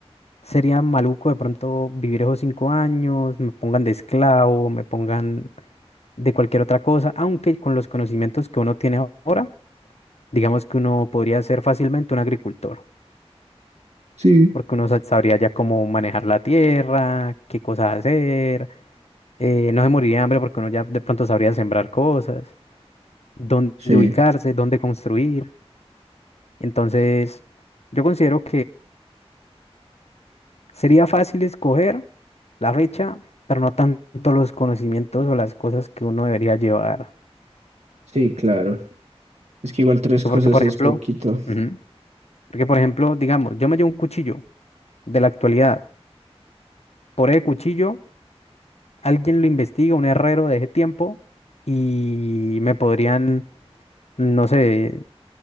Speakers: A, on the left (about 75°); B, on the right (about 90°).
A: Sería maluco de pronto vivir esos cinco años, me pongan de esclavo, me pongan de cualquier otra cosa, aunque con los conocimientos que uno tiene ahora, digamos que uno podría ser fácilmente un agricultor,
B: Sí.
A: porque uno sa- sabría ya cómo manejar la tierra, qué cosas hacer, eh, no se moriría de hambre porque uno ya de pronto sabría sembrar cosas, dónde
B: Sí.
A: ubicarse, dónde construir. Entonces, yo considero Sería fácil escoger la fecha, pero no tanto los conocimientos o las cosas que uno debería llevar.
B: Sí, claro. Es que igual tres
A: Porque,
B: cosas
A: por
B: es
A: ejemplo,
B: poquito.
A: ujú, porque, por ejemplo, digamos, yo me llevo un cuchillo de la actualidad. Por el cuchillo, alguien lo investiga, un herrero de ese tiempo, y me podrían, no sé,